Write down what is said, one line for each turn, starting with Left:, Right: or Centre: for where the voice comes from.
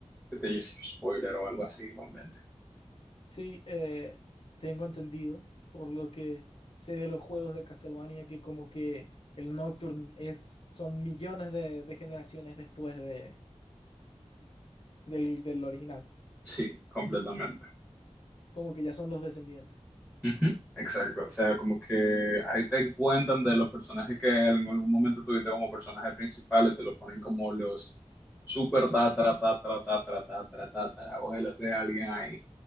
Centre: que te hiciese un spoiler o algo así igualmente.
Left: Sí, eh, tengo entendido, por lo que sé de los juegos de Castlevania, que como que el Nocturne es, son millones de, de generaciones después de, del, del original,
Centre: Sí, completamente.
Left: como que ya son los descendientes.
Centre: Ujú, Exacto, o sea, como que ahí te encuentran de los personajes que en algún momento tuviste como personajes principales, te lo ponen como los super tatara, tatara, tatara, tatara, tatara, abuelos de alguien ahí.